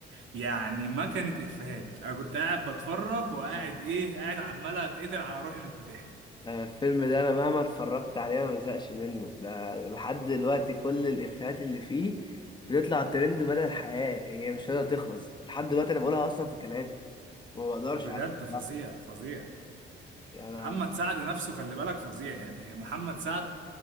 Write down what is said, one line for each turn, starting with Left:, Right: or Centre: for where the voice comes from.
Right: يعني ما كانت افيهات انا كنت قاعد بتفرج وقاعد ايه قاعد عمال اتقتل على روحي من الضحك
Left: انا الفيلم ده انا مهما اتفرجت عليه ما بزهقش منه ده لحد دلوقتي كل الافيهات اللي فيه بتطلع ترند مدى الحياة هي مش قادرة تخلص لحد دلوقتي انا بقولها اصلا في كلامي وما بقدرش
Right: بجد
Left: عليه
Right: فظيع
Left: بصراحة
Right: فظيع
Left: انا
Right: محمد سعد نفسه خلي بالك فظيع يعني محمد سعد